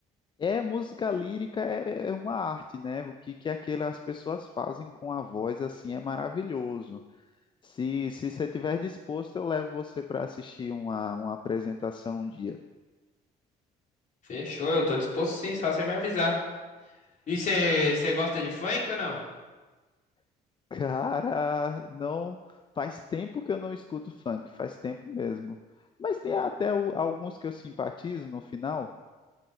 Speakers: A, on the left (about 30°); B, on the left (about 50°).
A: É, música lírica é, é uma arte, né? O que, que aquelas pessoas fazem com a voz, assim, é maravilhoso. Se, se você estiver disposto, eu levo você para assistir uma, uma apresentação um dia.
B: Fechou, eu tô disposto sim, só você me avisar. E você você gosta de funk ou não?
A: <laughs> Cara, não faz tempo que eu não escuto funk, faz tempo mesmo. Mas tem até o- alguns que eu simpatizo no final.